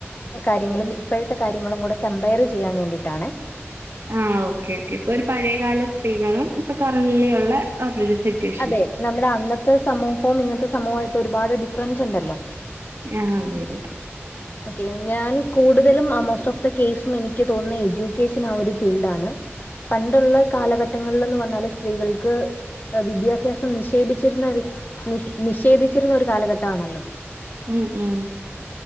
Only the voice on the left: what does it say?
കാര്യങ്ങളും ഇപ്പോഴത്തെ കാര്യങ്ങളും കൂടെ കമ്പയറു ചെയ്യാൻ വേണ്ടീട്ടാണേ
അതെ നമ്മടെ അന്നത്തെ സമൂഹവും ഇന്നത്തെ സമൂഹവുമായിട്ട് ഒരുപാട് ഡിഫറൻസ് ഉണ്ടല്ലോ
ഓക്കെ ഞാൻ കൂടുതലും മാ മോസ്റ്റ് ഓഫ് ദി കേസുമെനിക്ക് തോന്നുന്നേ എഡ്യൂക്കേഷൻ ആഹ് ഒരു ഫീൽഡാണ് പണ്ടുള്ളേയ് കാലഘട്ടങ്ങളിൽന്ന് പറഞ്ഞാല് സ്ത്രീകൾക്ക് ഏഹ് വിദ്യാഭ്യാസം നിക്ഷേപിച്ചിരുന്നൊരു നി നിഷേധിച്ചിരുന്നൊരു കാലഘട്ടമാണല്ലോ